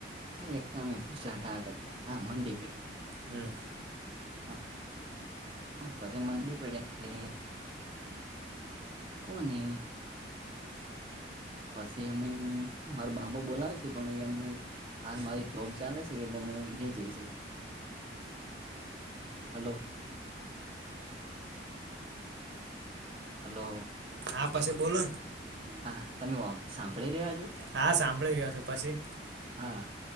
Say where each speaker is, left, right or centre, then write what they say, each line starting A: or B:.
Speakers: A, on the right (about 30°); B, on the right (about 75°).
A: હા એકદમે પૂછા ટાટ હતા હા મંડી પડ્યા
B: હમ.
A: હા હ પછ મંદી પડ્યા લે કોને પછી અમે મારો બાપા બોલાવે છે પણ એ અમને હાલ મારી જોબ ચાલે છે કેટલે હું નહી જઈ શકું. હલો હલો
B: હા પછી બોલો.
A: હાા તમે સાંભળી રહ્યા છો.
B: હા સાંભળી રહ્યો છ પછી
A: હા